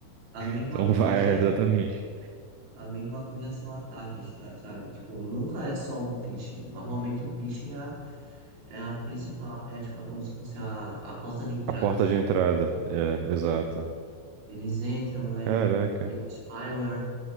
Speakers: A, on the right; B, on the right.
A: A mesma
B: Então
A: coisa.
B: vai, é, exatamente.
A: A mesma coisa são ataques, tá- sabe? Tipo, nunca é só um phishing. Normalmente o phishing é, a- é a principal, é tipo, é como se fosse a, a porta de entrada,
B: A porta
A: sabe?
B: de entrada. É, exato.
A: Eles entram, aí
B: Caraca.
A: tem um spyware,